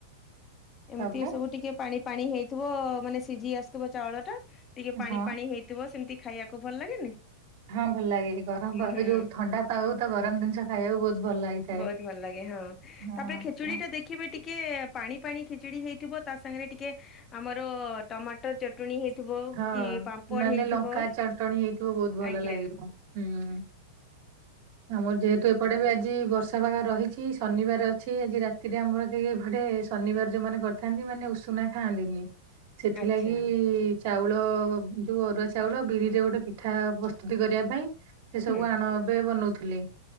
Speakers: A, on the left; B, on the right.
A: ଏମିତି
B: ତାପରେ
A: ସବୁ ଟିକେ ପାଣି ପାଣି ହେଇଥିବ ମାନେ ସିଝି ଆସିଥିବ ଚାଉଳ ଟା ଟିକେ ପାଣି
B: ହଁ
A: ପାଣି ହେଇଥିବ ସେମତି ଖାଇବାକୁ ଭଲ ଲାଗେନି?
B: ହଁ ଭଲ ଲାଗେ ଗରମ ପା
A: ହୁଁ
B: ଏ ଯୋଉଁ ଥଣ୍ଡା ପାଗ କୁ ତ ଗରମ ଜିନିଷ ଖାଇବାକୁ ବହୁତ ଭଲ ଲାଗିଥାଏ।
A: ବହୁତ ଭଲ ଲାଗେ ହଁ
B: ହଁ
A: ତାପରେ
B: ଆଚ୍ଛା
A: ଖେଚୁଡି ଟା ଦେଖିବେ ଟିକେ ପାଣି ପାଣି ଖିଚୁଡି ହେଇଥିବ ତା ସାଙ୍ଗରେ ଟିକେ ଆମର ଟମାଟର ଚଟଣି ହେଇ ଥିବ
B: ହଁ
A: କି ପାମ୍ପଡ
B: ନହେଲେ
A: ହେଇଥିବ
B: ଲଙ୍କା ଚଟଣି ହେଇଥିବ ବହୁତ ଭଲ
A: ଆଜ୍ଞା।
B: ଲାଗିବ
A: ହ
B: ହୁଁ। ଆମର ଯେହେତୁ ଏପଟେ ବି ଆଜି ବର୍ଷ ବର୍ଷା ପାଗ ରହିଛି ଶନିବାର ଅଛି ଆଜି ରାତିରେ ଆମର କେହି ଗୋଟେ ଶନିବାର ଯୋଉଁମାନେ କରିଥାନ୍ତି ମାନେ ଉଷ ଉସୁନା ଖାଆନ୍ତିନି ସେଥିଲାଗି
A: ଆଚ୍ଛା
B: ଚାଉଳ ଯୋଉଁ ଅରୁଆ ଚାଉଳ ବିରିରେ ଗୋଟେ ପିଠା ପ୍ରସ୍ତୁତି କରିବା ପାଇଁ ସେ ସବୁ
A: ହୁଁ
B: ଆଣ ଏବେ ବନଉଥିଲି